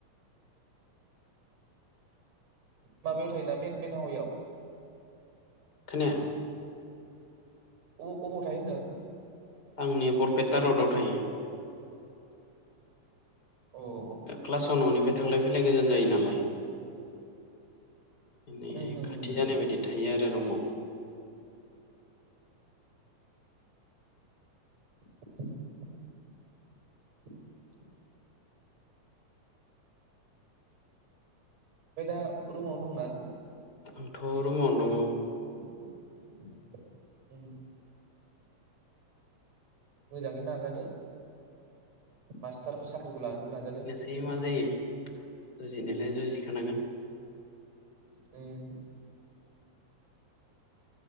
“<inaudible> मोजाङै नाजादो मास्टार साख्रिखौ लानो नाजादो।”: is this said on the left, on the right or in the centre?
Right